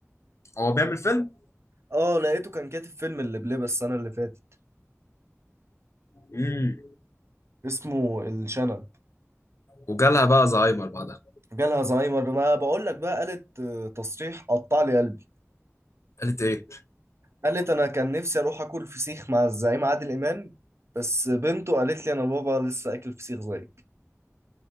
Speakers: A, on the left (about 65°); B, on the right (about 60°).
A: هو بيعمل فيلم
B: اه لقيته كان كاتب فيلم اللي بلبس السنة اللي فاتت
A: امم
B: اسمه الشنب
A: وجالها بقى زهايمر بعدها
B: جالها زهايمر ما بقول لك بقى قالت آه، تصريح قطع لي قلبي
A: قالت ايه
B: قالت انا كان نفسي اروح اكل فسيخ مع الزعيم عادل امام بس بنته قالت لي انا بابا لسه اكل فسيخ زيك